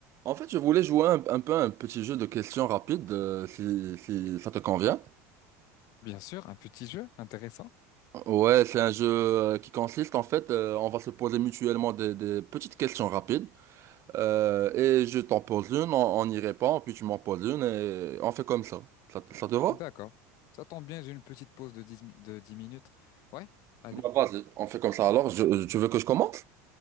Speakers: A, on the right (about 35°); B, on the left (about 50°).
A: En fait, je voulais jouer un, un peu un petit jeu de questions rapides, euh, si, si ça te convient.
B: Bien sûr, un petit jeu intéressant.
A: Ouais, c'est un jeu euh, qui consiste en fait, euh, on va se poser mutuellement des, des petites questions rapides, euh, et je t'en pose une, on, on y répond, puis tu m'en poses une, et on fait comme ça. Ça, te ça te va?
B: D'accord. Ça tombe bien, j'ai une petite pause de dix mi- de 10 minutes. Ouais, allez.
A: Bah, vas-y, on fait comme ça. Alors, je- tu veux que je commence?